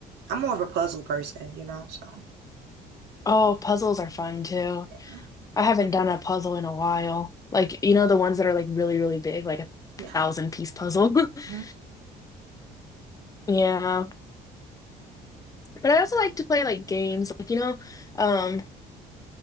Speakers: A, on the right (about 80°); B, on the left (about 20°).
A: I'm more of a puzzle person, you know, so
B: Oh, puzzles are fun too.
A: yeah,
B: I haven't done a puzzle in a while. Like, you know, the ones that are like really, really big, like a
A: yeah.
B: thousand piece puzzle. <laughs>
A: hmm
B: Yeah. But I also like to play like games, like, you know, um,